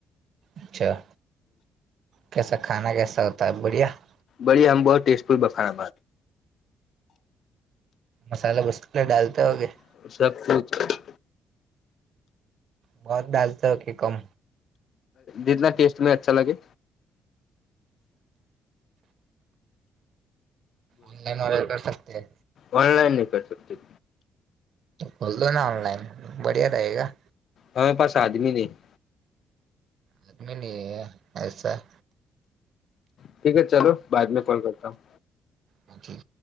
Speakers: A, on the right; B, on the left.
A: અચ્છા કસા ખા કસા હોતા બઢિયા
B: બળયા હમ બહ ટેસ્ટપુર બફા
A: મસાલલા વસ્લે ડાલતા હોગે
B: સકછ
A: બહત ડાલતા કે કમ
B: જીના ટેસ્ટ મે અચ્છા લગે
A: ઓનલાઈન ઓર્ડર કર સકતે
B: ઓનલાઈન ન કર શકતી
A: ખોલ દો ના ઓનલાઈન બઢિયા રહે ગા
B: હમે પાસ આદમી નહીં
A: આદમી ન એસા
B: ઠીક હ ચાલો બાદ મે કોલ કરતા હ
A: હ જી